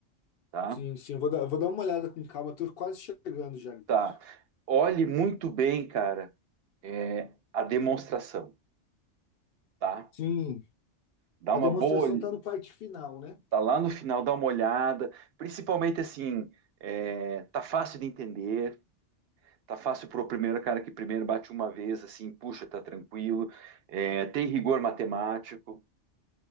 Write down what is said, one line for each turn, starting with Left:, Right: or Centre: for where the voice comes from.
Right: tá?
Left: Sim, sim, vou dar, vou dar uma olhada com calma, estou quase chegando já
Right: Tá.
Left: nisso.
Right: Olhe muito bem, cara, é, a demonstração, tá?
Left: Sim,
Right: Dá
Left: a
Right: uma
Left: demonstração
Right: boa, ol-
Left: tá no parte final, né?
Right: tá lá no final, dá uma olhada. Principalmente assim, é, tá fácil de entender, tá fácil pro primeiro cara que primeiro bate uma vez, assim, puxa, tá tranquilo. É, tem rigor matemático,